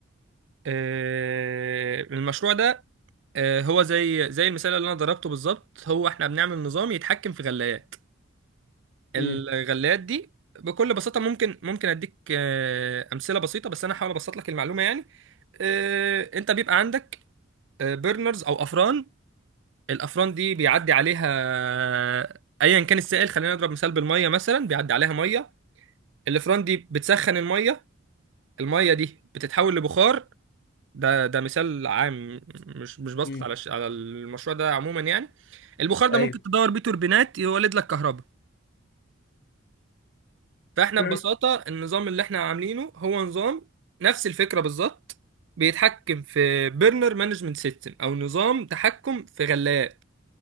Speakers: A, on the right (about 60°); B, on the left (about 50°).
A: آه، المشروع ده آه، هو زي زي المثال اللي انا ضربته بالظبط هو احنا بنعمل نظام يتحكم في غلايات الغلايات
B: امم
A: دي بكل بساطة ممكن ممكن اديك آه، امثلة بسيطة بس انا هحاول ابسط لك المعلومة يعني آه، انت بيبقى عندك بيرنرز او افران الافران دي بيعدي عليها آه، ايا كان السائل خلينا نضرب مثال بالميه مثلا بيعدي عليها ميه الافران دي بتسخن الميه الميه دي بتتحول لبخار ده ده مثال عام مش مش بسقط
B: أمم.
A: على الش- على المشروع ده عموما يعني البخار ده
B: أيوه
A: ممكن تدور بيه توربينات يولد لك كهرباء فاحنا
B: فهمت
A: ببساطه النظام اللي احنا عاملينه هو نظام نفس الفكره بالظبط بيتحكم في بيرنر مانجمنت سيستم او نظام تحكم في غلاف